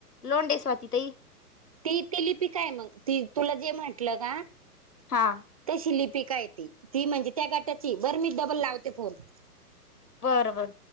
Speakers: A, on the left (about 70°); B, on the right (about 25°).
A: लोंडे स्वाती तई.
B: ती ते लिपी काय मग ती तुला जे म्हटल का.
A: हा
B: तशी लिपिका य ती ती म्हणजे त्या गाटाची बर मी डबल लावते फोन.
A: बरं बर.